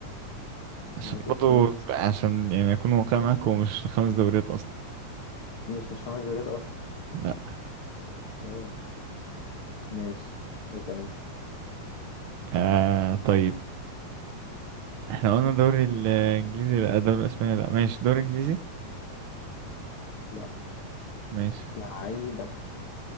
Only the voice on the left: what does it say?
ماشي
اسال انت
مش مش خمس دوريات اصلا
اوه ماشي اسال انت
لا
لعيبك